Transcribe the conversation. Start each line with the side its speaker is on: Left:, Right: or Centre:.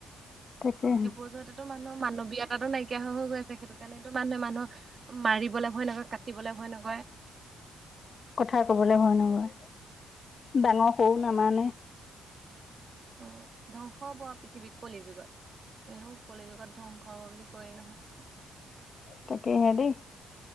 Left: তাকেহে
Right: সেইবোৰ জোৱাতেতো মানুহৰ মানৱীয় <unintelligible> তাতো নাইকিয়া হৈ-হৈ গৈ আছে সেইটো কাৰণেত মানুহে মানুহ মাৰিবলৈ ভয় নকৰে কাটিবলে ভয় নকৰে
Left: কথা কবলে ভয় নকৰে। ডাঙৰ সৰু নামানে
Right: উম ধ্বংস হ'ব আও পৃথিৱীত কলি যুগত৷ এনেও কলি যুগত ধ্বংস হব বুলি কৱ নহয়৷
Left: তাকে হে দেই।